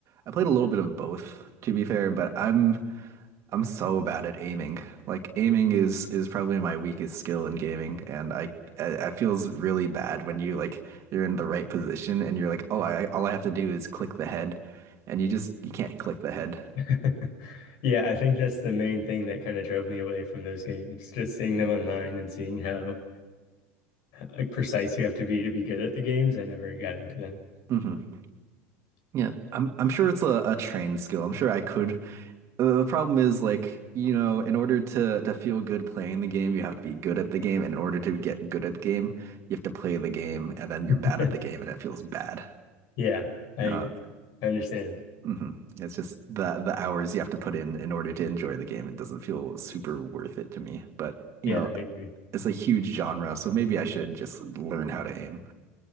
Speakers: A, on the right; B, on the left.
A: I played a little bit of both, to be fair. But I'm I'm so bad at aiming. Like aiming is is probably my weakest skill in gaming, and I I- it feels really bad when you like you're in the right position and you're like, oh, I all I have to do is click the head, and you just you can't click the head.
B: <laughs> Yeah, I think that's the main thing that kind of drove me away from those games. Just seeing them online and seeing how like precise you have to be to be good at the games. I never got into them.
A: Mm-hmm. Yeah, I'm I'm sure it's a, a trained skill. I'm sure I could. Uh, the problem is like, you know, in order to to feel good playing the game, you have to be good at the game, and in order to get good at the game, you have to play the game, and then you're bad
B: <laughs>
A: at the game, and it feels bad.
B: Yeah, I
A: Uh,
B: I understand.
A: mhm. It's just the the hours you have to put in in order to enjoy the game. It doesn't feel super worth it to me. But, you
B: Yeah,
A: know,
B: I agree.
A: it's a huge genre, so maybe I should just learn how to aim.